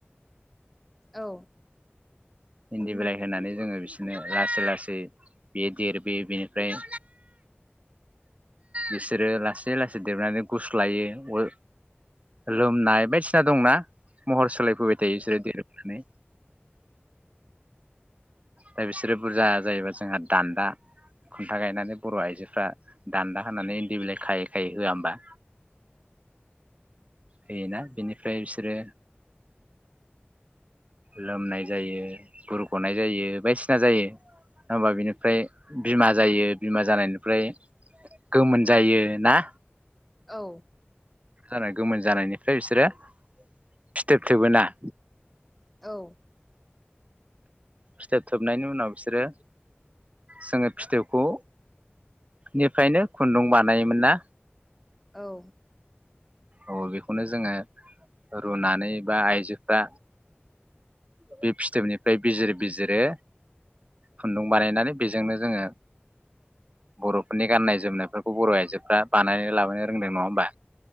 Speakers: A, in the centre; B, on the right (about 35°).
A: औ
B: इन्दि बिलाइ होनानै जोंङो बिसोरनो लासै लासै बियो देरबोयो बेनिफ्राय बिसोरो लासै लासै देरनानै गुस्लायो लोमनाय बायदिसिना दंना महर सोलायफैबाय थायो बिसोरो देरोबोनानै दा बिसोरो बुरजा जायोबा जोंहा दान्दा खुन्था गायनानै बर' आइजोफ्रा दान्दा होनानै इन्दि बिलाइ खायै खायै होआ होमबा होयोना बिनिफ्राय बिसोरो लोमनाय जायो बुरख'नाय जायो बायदिसिना जायो नङबा बिनिफ्राय बिमा जायो बिमा जानायनिफ्राय गोमोन जायो ना?
A: औ
B: जानाय गोमोन जानायनिफ्राय बिसोरो फिथोब थोबबोना
A: औ
B: फिथोब थोबनायनि उनाव बिसोरो जोङो फिथोबखौ निफ्रायनो खुन्दुं बानायोमोन ना?
A: औ
B: औ बेखौनो जोङो रुनानै बा आइजोफ्रा बे फिथोबनिफ्राय बिजिर बिजिरो खुन्दुं बानायनानै बेजोंनो जोङो बर'फोरनि गाननाय जोमनायफोरखौ बर' आइजोफ्रा बानायनानै लाबोनो रोंदों नङा होमबा।